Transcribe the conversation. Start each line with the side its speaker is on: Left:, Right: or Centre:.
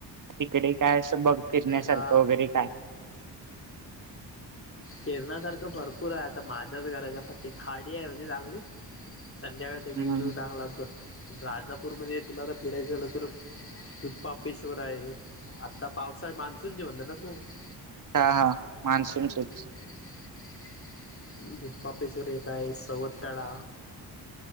Right: तिकडे काय असं बघ फिरण्यासारखं
Left: हा
Right: वगैरे काय.
Left: फिरण्यासारखं भरपूर आहे आता माझ्याच घराच्या खाडी आहे म्हणजी चांगली. संध्याकाळचा व्यूव
Right: हम्म
Left: व्यूव चांगला असतो राजापूरमध्ये तुला तर फिरायचं झालं तर. तूधपापेश्वर आहे आता पावसाळ मान्सून जेवण ना तू. <unintelligible>
Right: हा हा मान्सून चीच.
Left: <inaudible> दुधपापेश्वर काय सवथाळा.